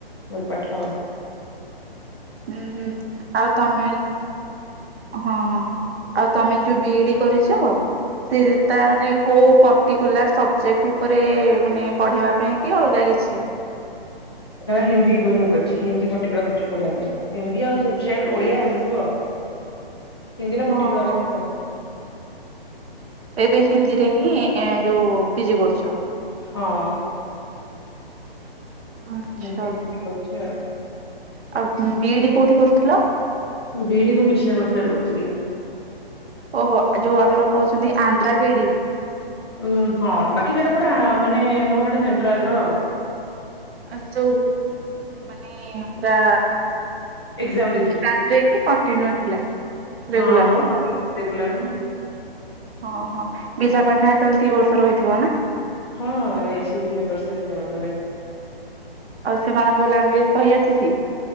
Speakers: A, on the left; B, on the right.
A: ମୋରି ପାଠ।
B: ହୁଁ, ହୁଁ ଆଉ ତୋମେ ହଁ, ହଁ ଆଉ ତୋମେ ଯୋଉ ବିଇଡି କରିଚ ସେଇ ତା ରେ କୋଉ ପର୍ଟିକୁଲାର୍ ସବଜେକ୍ଟ ଉପରେ ମାନେ ପଢେଇବା ପାଇଁ କି ଅଲଗା କିଛି?
A: ଏଖେଣା ହିନ୍ଦୀ ଉପୁରୁ ମୁଁ କରିଛି, ହିନ୍ଦୀ ପର୍ଟିକୁଲାର୍ ସବଜେକ୍ଟ ପଢେଇବା ପାଇଁ। ହିନ୍ଦୀ ଆଉ ସୋସିଆଲ୍, ଓଡିଆ ଏମତି ସବୁ ଆଉ। ହିନ୍ଦୀ ଟା
B: ହଁ
A: ପର୍ଟିକୁଲାର୍
B: ହଁ
A: ଅଛି ଆଉ।
B: ଏବେ ହିନ୍ଦୀରେ ହିଁ ଏଁ ଯୋଉ ପିଜି କରୁଛ?
A: ହଁ।
B: ଆଚ୍ଛା
A: ମୁଁ ସେ <inaudible> କରଛି ଆଉ।
B: ଆଉ ହୁଁ, ବିଇଡି କୋଉଠି କରୁଥୁଲ?
A: ବିଇଡି ମୁଁ ବିଶାଖାପାଟଣାାରେ କରିଥିଲି।
B: ଓହୋ! ଯୋଉ ଆମର କହୁଛନ୍ତି ଆନ୍ଧ୍ରା ବିିଇଡି?
A: ଉଁ, ହଁ ବାକି ସେଇଟା ପୁରା ମାନେ ମୋର ସେଟା ସେଣ୍ଟ୍ରାଲ୍ ର।
B: ଆଚ୍ଛା ଯୋଉ ମାନେ ପୁରା
A: ଏକ୍ଜାମ୍ ଦେଇ
B: ଷ୍ଟାର୍ଟ ଦେଇକି କଣ୍ଟିନ୍ୟୁ ଥିଲା।
A: ହଁ
B: ରେଗୁଲାର
A: ମୋର <inaudible> ରେଗୁଲାର୍ ନା।
B: ସଁ, ହଁ ବିଶାଖପାଟଣାରେ ତାହେଲେ ଦି ବର୍ଷ ରହିଥିବ ନା?
A: ହଁ ରହିଛି ଦି ବର୍ଷ ବିଶାଖପାଟଣାରେ।
B: ଆଉ ସେମାନଙ୍କ ଲାଙ୍ଗୁଏଜ୍ କହି ଆସୁଛି?